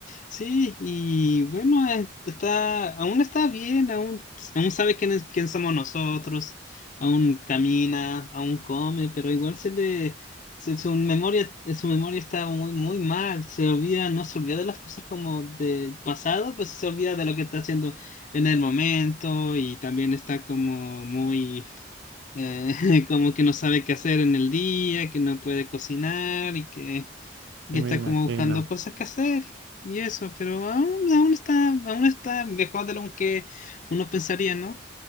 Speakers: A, on the left (about 45°); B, on the right (about 75°).
A: Sí, y bueno, eh, está, aún está bien, aún, aún sabe quién es, quién somos nosotros, aún camina, aún come, pero igual se le, se- su memoria, su memoria está muy, muy mal, se olvida, no se olvida de las cosas como del pasado, pues se olvida de lo que está haciendo en el momento y también está como muy, eh, <laughs> como que no sabe qué hacer en el día, que no puede cocinar y que,
B: sí
A: que
B: me
A: está
B: imagino.
A: como buscando cosas que hacer y eso, pero aún, aún está, aún está mejor de lo que uno pensaría, ¿no?